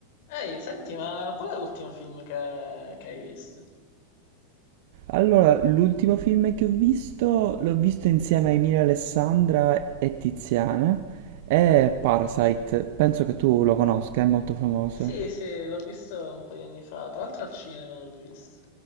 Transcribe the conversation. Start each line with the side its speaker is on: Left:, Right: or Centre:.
Left: Ehi, senti, ma qual è l'ultimo film che, che hai visto?
Right: Allora, l'ultimo film che ho visto, l'ho visto insieme a Emilia Alessandra e Tiziana, è Parasite, penso che tu lo conosca, è molto famoso.
Left: Sì, sì, l'ho visto un po' di anni fa, tra l'altro al cinema l'ho visto.